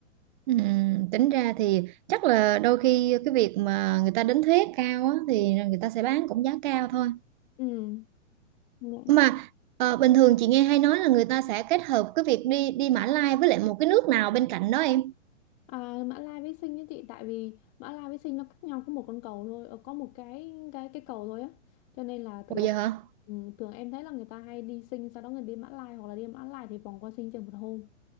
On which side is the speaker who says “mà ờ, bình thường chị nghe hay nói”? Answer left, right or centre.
Right